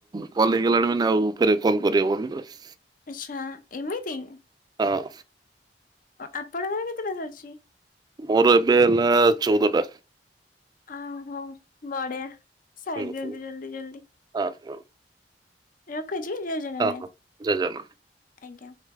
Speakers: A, on the right; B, on the left.
A: କଲ୍ ହେଇଗଲାଣି ମାନେ ଆଉ ଫେରେ କଲ୍ କରିହବିନି ବାସ୍।
B: ଆଚ୍ଛା ଏମିତି।
A: ହଁ।
B: ଆପଣଙ୍କର କେତେଟା <unintelligible> ଅଛି?
A: ମୋର ଏବେ ହେଲା ଚଉଦଟା।
B: ଆ ହୋ। ବଢିଆ, ସାରି
A: ହୁଁ
B: ଦିଅନ୍ତୁ
A: ହୁଁ
B: ଜଲ୍ଦି ଜଲ୍ଦି।
A: ହଁ ହଉ।
B: ରଖୁଚି ଜୟ ଜଗନ୍ନାଥ।
A: ହଁ ଜୟ ଜଗନ୍ନାଥ।
B: ଆଜ୍ଞା।